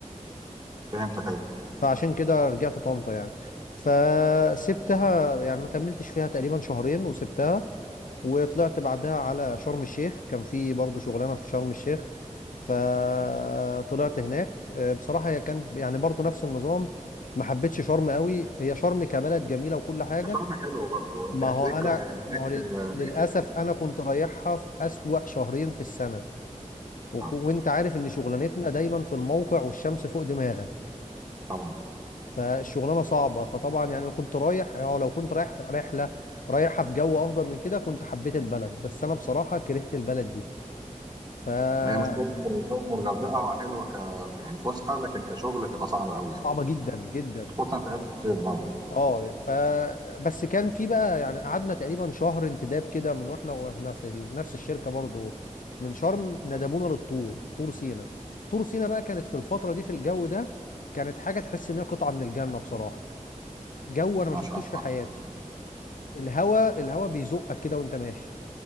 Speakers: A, on the right; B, on the left.
A: فهمتك ايوه
B: فعشان كده رجعت طنطا يعني فسبتها يعني ما كملتش فيها تقريبا شهرين وسبتها وطلعت بعدها على شرم الشيخ كان في برضه شغلانه في شرم الشيخ فطلعت هناك آه، بصراحه هي كان يعني برضه نفس النظام ما حبيتش شرم قوي هي شرم كبلد جميله وكل حاجه
A: بس شرم حلوه برضه انت
B: ما
A: هتلاقيك
B: هو انا
A: آه،
B: ما
A: هناك
B: هو لل...
A: آه،
B: للاسف
A: كده.
B: انا كنت رايحها في اسوأ شهرين في السنه وك-
A: آه،
B: وانت عارف ان شغلانتنا دايما في الموقع والشمس فوق دماغك
A: طبعا
B: فالشغلانه صعبه فطبعا يعني انا كنت رايح او لو كنت رايح رحله رايحها في جو افضل من كده كنت حبيت البلد بس انا بصراحه كرهت البلد دي فصعبه
A: ما هي مش شرم شرم والغردقه حلوه ك يعني فسحه لكن كشغل تبقى صعبه قوي يعني
B: جدا جدا
A: خصوصا في عز الصيف برضه يعني
B: اه يا- ف بس كان في بقى يعني قعدنا تقريبا شهر انتداب كده من واحنا واحنا في ال- نفس الشركه برضو من شرم ندبونا للطور طور سينا طور سينا بقى كانت في الفتره دي في الجو ده كانت حاجه تحس ان هي قطعه من الجنه بصراحه جو انا
A: ما
B: ما شفتوش
A: شاء الله
B: في حياتي الهوا الهوا بيزقك كده وانت ماشي